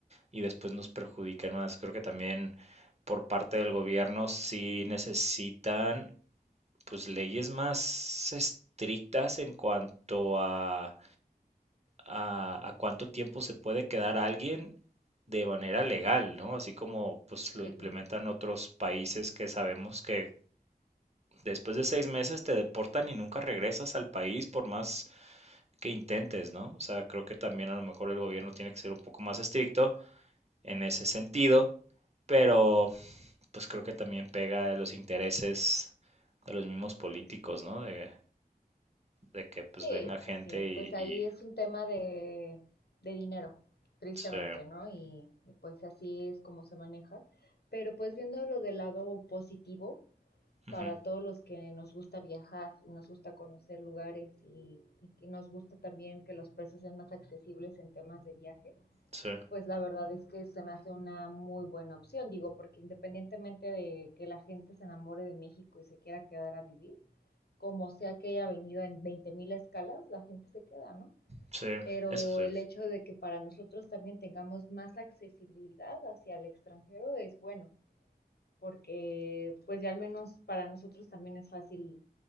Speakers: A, on the right; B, on the left.
A: y después nos perjudiquen más. Creo que también por parte del gobierno sí necesitan pues leyes más estrictas en cuanto a a, a cuánto tiempo se puede quedar alguien de manera legal, ¿no? Así como pues
B: Sí,
A: lo implementan otros países que sabemos que después de seis meses te deportan y nunca regresas al país por más que intentes, ¿no? O sea, creo que también a lo mejor el gobierno tiene que ser un poco más estricto en ese sentido, pero pues creo que también pega a los intereses de los mismos políticos,
B: Sí, claro.
A: ¿no? De, de que pues
B: Sí,
A: venga gente
B: sí, sí,
A: y,
B: pues ahí
A: y-
B: es un tema de, de dinero, tristemente,
A: sí,
B: ¿no? Y, y pues así es como se maneja. Pero pues viéndolo del lado positivo,
A: ujú,
B: para todos los que nos gusta viajar y nos gusta conocer lugares y, y que nos gusta también que los precios sean más accesibles en temas de viaje,
A: sí,
B: pues la verdad es que se me hace una muy buena opción, digo, porque independientemente de que la gente se enamore de México y se quiera quedar a vivir, como sea que haya venido en 20.000 escalas, la gente se queda, ¿no?
A: sí,
B: Pero
A: eso sí.
B: el hecho de que para nosotros también tengamos más accesibilidad hacia el extranjero es bueno, porque pues ya al menos para nosotros también es fácil